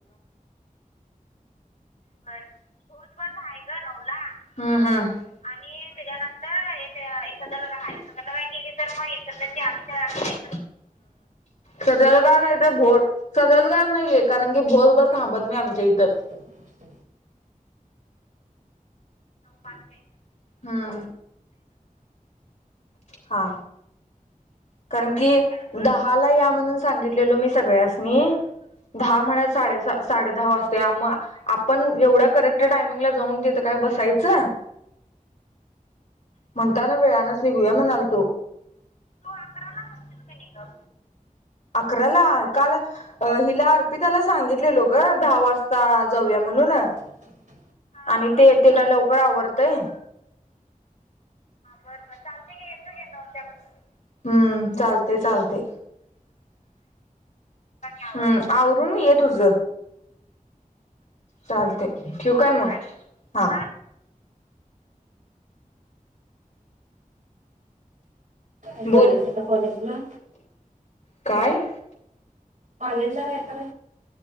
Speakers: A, on the left; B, on the right.
A: ब बर हो बस आहे नवला आणि सदला राहा सदला का गेली तर म्हण तर त्यांची आ नाही सजलगार नाही तर भो सजरलगार नाहीये कारण की भोर बर थांबत नाही आमच्या इथं
B: ह
A: मम हा कारण की दहाला या म्हणून सांगितलेलो मी सगळ्यासनी द म्हण साडे दहा वाजतेग आपण एवढा करेक्ट टायमिंगला जाऊन देत का काय बसायचं म्हणता ना वेळानच निघूया म्हणाल तो तो अकरा ला आणत का नाही का अकराला काल हिला अर्पिताला सांगितलेलो ग दहा वाजता जाऊया म्हणू ना
B: ह
A: आणि ते ते काय लवकर आवरतय बर बर चालतय की येतोकि नऊच्याबसनी हम्म चालतंय चालतंय हम् आवरून ये तुझ चालते ठेव काय मग हा
B: यच
A: बोल
B: का कॉलेज ला
A: काय
B: कॉलेजला कायत